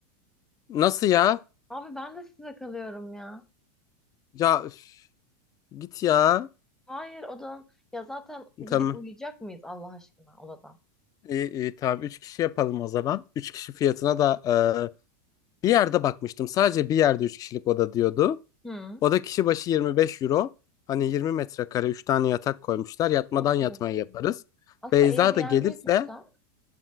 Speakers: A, on the left; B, in the centre.
A: Nasıl ya?
B: Abi ben de sizle kalıyorum ya.
A: Ya üf, git ya.
B: Hayır odan, ya zaten
A: Tamam.
B: gidip uyuyacak mıyız Allah aşkına odada?
A: İyi, iyi tamam. Üç kişi yapalım o zaman. Üç kişi fiyatına da e, bir yerde bakmıştım. Sadece bir yerde üç kişilik oda diyordu.
B: Hı.
A: Oda kişi başı 25 euro. Hani yirmi metrekare üç tane yatak koymuşlar. Yatmadan
B: Yok
A: yatmayı
B: öyle.
A: yaparız.
B: Aslında
A: Beyza
B: Airbnb
A: da gelirse
B: tutsak.